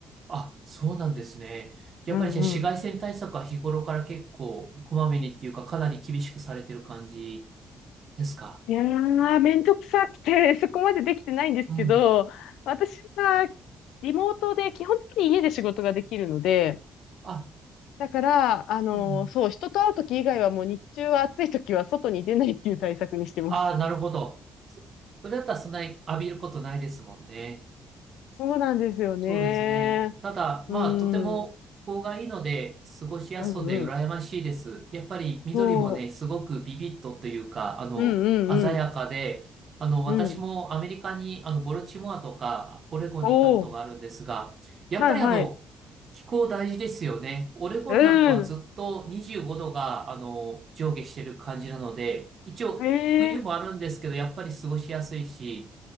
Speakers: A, on the right; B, on the left.
A: あ、そうなんですね。やっぱりじゃあ紫外線対策は日頃から結構こまめにっていうかかなり厳しくされてる感じ
B: うんうん。
A: ですか。
B: いやー、めんどくさくて、<laughs> そこまでできてないんですけど、
A: うん。
B: 私はリモートで基本的に家で仕事ができるので、
A: あ、
B: だから、あのーそう、
A: うん。
B: 人と会うとき以外はもう日中は暑いときは外に出ないっていう対策にしてます。
A: ああ、なるほど。そそれだったらそんなに浴びることないですもんね。
B: そうなんですよね。
A: そうですね。ただ、
B: うん、
A: まあ、とても気候がいいので、
B: うん、
A: 過ごしやすそうで羨ましいです。
B: うん。
A: やっぱり緑もね、
B: そ
A: すごくビビッとというか、あの、
B: う。うん、
A: 鮮やかで、
B: うん、
A: あの、私もアメリカに、
B: うん。うん。
A: あの、ボルチモアとか、オレゴンに行ったことがあるんですが、
B: おー、
A: やっぱりあの、
B: はい、はい。
A: 気候大事ですよね。オレゴンなんかはずっと25度が、
B: うん。
A: あの、上下してる感じなので、一応、
B: へえ、
A: 冬もあるんですけど、やっぱり過ごしやすいし、